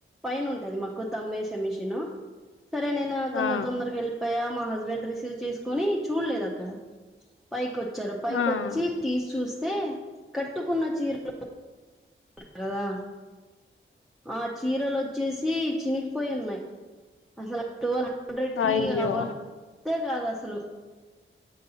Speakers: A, in the centre; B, on the left (about 75°).
A: పైన ఉంటది. మాకు తంబు వేసే మిషన్. సరే నేను తొందర
B: ఆ
A: తొందరకి వెళ్లిపోయా. అయ్యా మా హస్బెండ్ రిసీవ్ చేసుకుని చూడలేదు. అక్కడ. పైకి వచ్చారు పైకి
B: ఆ
A: వచ్చి తీసి చూస్తే కట్టుకున్న చీరలు. కదా ఆ చీరలు వచ్చేసి చిగిపోయి. ఉన్నాయి. అసలు ట్వల్ హండ్రెడ్ కి
B: అయ్యో
A: అవర్తే కాదు అసలు.